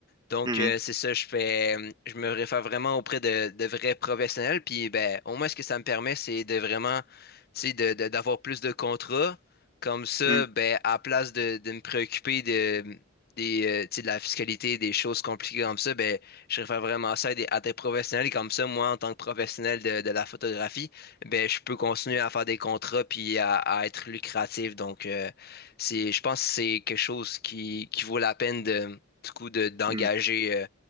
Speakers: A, on the left; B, on the right.
A: Donc,
B: Mmh
A: euh, c'est ça, je fais, je me réfère vraiment auprès de, de vrais professionnels. Puis, ben, au moins, ce que ça me permet, c'est de vraiment, tu sais, de, de- d'avoir plus de contrats. Comme ça,
B: Mmh.
A: ben, à place de, de me préoccuper de, des, euh, tu sais, de la fiscalité, des choses compliquées comme ça, ben, je réfère vraiment ça à des, à des professionnels. Et comme ça, moi, en tant que professionnel de, de la photographie, ben, je peux continuer à faire des contrats puis à, à être lucratif. Donc, euh, c'est, je pense que c'est quelque chose qui, qui vaut la peine du coup de d'engager
B: Mmh.
A: euh,